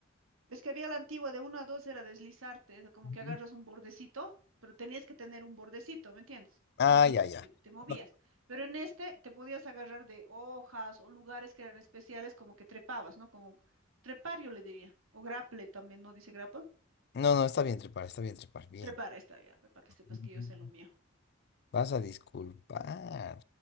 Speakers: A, on the right (about 80°); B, on the left (about 50°).
A: Es que había la antigua de uno a dos era deslizarte, es como
B: Ujú.
A: que agarras un bordecito, pero tenías que tener un bordecito, ¿me entiendes?
B: Ah,
A: Y
B: ya, ya.
A: te, te movías.
B: No,
A: Pero en este te podías agarrar de hojas o lugares que eran especiales, como que trepabas, ¿no? Como trepar, yo le diría. O grapple también, ¿no dice grapple?
B: no, no, está bien trepar, está bien trepar, bien.
A: Trepar, ahí está ya, para que sepas
B: Ujú.
A: que yo sé lo mío.
B: Vas a disculpar.